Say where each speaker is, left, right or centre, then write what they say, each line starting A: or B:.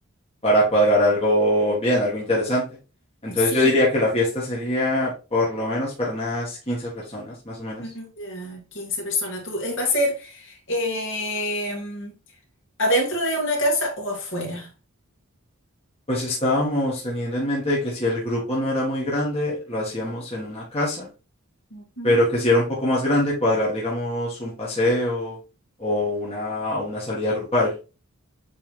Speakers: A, on the left (about 30°); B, on the left (about 60°).
A: para cuadrar algo bien, algo interesante. Entonces
B: Sí,
A: yo diría que la fiesta sería por lo menos para unas 15 personas, más o menos.
B: Mm, Ya, 15 personas. Tú, eh, ¿va a ser em, adentro de una casa o afuera?
A: Pues estábamos teniendo en mente de que si el grupo no era muy grande, lo hacíamos en una casa,
B: Ujú.
A: pero que si era un poco más grande, cuadrar, digamos, un paseo o una, o una salida grupal.